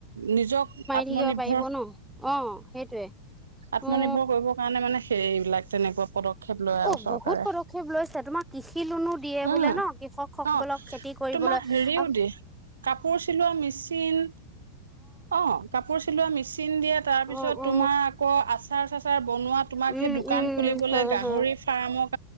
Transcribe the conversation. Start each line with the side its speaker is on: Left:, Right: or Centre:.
Right: নিজক আত্মনিৰ্ভৰ
Centre: শিকিব পাৰিব পাৰিব ন অ সেইটোৱে
Right: আত্মনিৰ্ভৰ
Centre: উ
Right: কৰিবৰ কাৰণে মানে সেইবিলাক তেনেকুৱা পদক্ষেপ লয় আৰু
Centre: অ
Right: চৰকাৰে
Centre: বহুত পদক্ষেপ লৈছে তোমাক কৃষি লোনো দিয়ে
Right: উম
Centre: বোলে ন কৃষকসকলে
Right: অ
Centre: অলপ খেতি কৰিবলৈ
Right: তোমাৰ হেৰিও
Centre: আহ
Right: দিয়ে কাপোৰ চিলোৱা মেচিন অ কাপোৰ চিলোৱা মেচিন দিয়া তাৰপিছত
Centre: অ অ
Right: তোমাৰ আকৌ আচাৰ চাচাৰ বনোৱা তোমাক
Centre: উম
Right: সেই দোকান
Centre: উম
Right: খুলিবলৈ
Centre: হয়
Right: গাহৰি
Centre: হয়
Right: ফাৰ্মক